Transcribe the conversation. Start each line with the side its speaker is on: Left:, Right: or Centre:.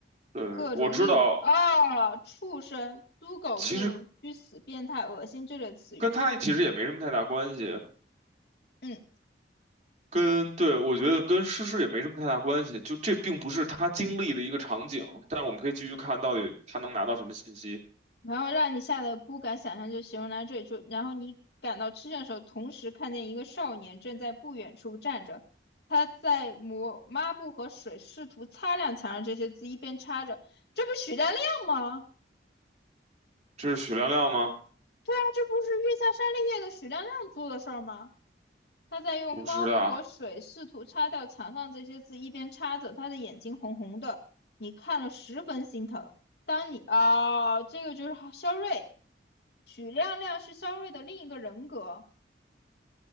Right: 对，
Left: 各种例如啊、
Right: 我知道，
Left: 畜生、猪狗不如、
Right: 其实
Left: 居死、变态、恶心这类词语。
Right: 跟他其实也没什么太大关系，
Left: 嗯，
Right: 跟，对，我觉得跟诗诗也没什么太大关系，就这并不是他经历的一个场景，但是我们可以继续看到底他能拿到什么信息。
Left: 然后让你吓得不敢想象，就形容到这里就。然后你感到吃惊的时候，同时看见一个少年正在不远处站着，他在抹抹布和水，试图擦亮墙上这些字，一边擦着。这不是许大亮吗？
Right: 这是许亮亮吗？
Left: 对啊，这不是月下沙利叶的许亮亮做的事儿吗？他在用抹布和水试图擦掉墙上这些字，
Right: 不是的，
Left: 一边擦着，他的眼睛红红的，你看了十分心疼。当你啊、哦这个就是肖瑞，许亮亮是肖瑞的另一个人格。